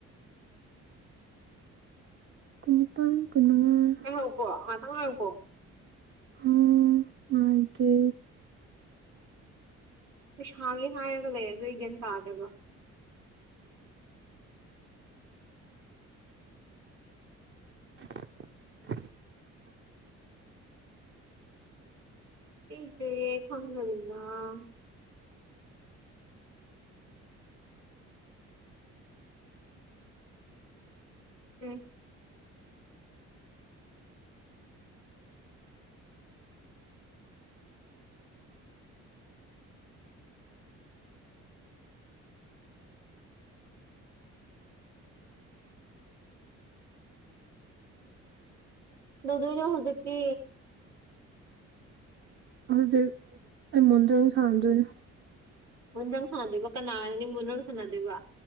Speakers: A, on the right; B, on the right.
A: ꯀꯨꯟꯅꯤꯄꯥꯟ ꯀꯨꯟꯃꯉꯥ꯫
B: ꯑꯍꯧꯀꯣ ꯉꯥꯛꯇꯪ ꯉꯥꯏꯌꯨꯀꯣ꯫
A: ꯎꯝ ꯉꯥꯏꯒꯦ꯫
B: ꯄꯩꯁꯥꯒꯤ ꯍꯥꯏꯔꯒ ꯂꯩ ꯑꯗꯨ ꯑꯩ ꯒ꯭ꯌꯥꯟ ꯇꯥꯗꯦꯕ꯫
A: <inaudible>
B: <unintelligible> ꯎꯝ꯫ ꯀꯩꯗꯧꯗꯣꯏꯅꯣ ꯍꯧꯖꯤꯛꯇꯤ꯫
A: ꯍꯧꯖꯤꯛ ꯑꯩ ꯃꯣꯟꯗ꯭ꯔꯪ ꯁꯥꯟꯅꯗꯣꯏꯅꯦ꯫
B: ꯃꯣꯟꯗ꯭ꯔꯪ ꯁꯥꯟꯅꯗꯣꯏꯕ ꯀꯅꯥꯒ ꯅꯪꯗꯤ ꯃꯣꯟꯗ꯭ꯔꯪ ꯁꯥꯟꯅꯗꯣꯏꯕ꯫